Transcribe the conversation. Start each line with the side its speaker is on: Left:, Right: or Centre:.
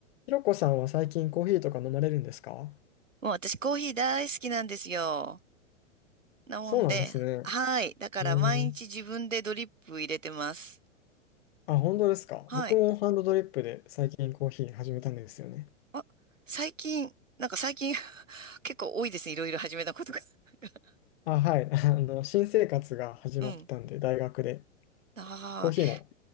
Left: ひろこさんは最近コーヒーとか飲まれるんですか
Right: もう私コーヒー大好きなんですよ。なもんで、
Left: そうなんですね。
Right: はい。だから毎日自分でドリップ入れてます。
Left: えー、あ、本当ですか。
Right: はい。
Left: 僕もハンドドリップで最近コーヒー始めたんですよね。
Right: あ、最近、なんか最近 <laughs> 結構多いですね。いろいろ始めたことが。<laughs>
Left: あ、はい。<laughs> あの、新生活が始まったんで、
Right: うん。
Left: 大学で。
Right: あ
Left: コーヒーも
Right: ー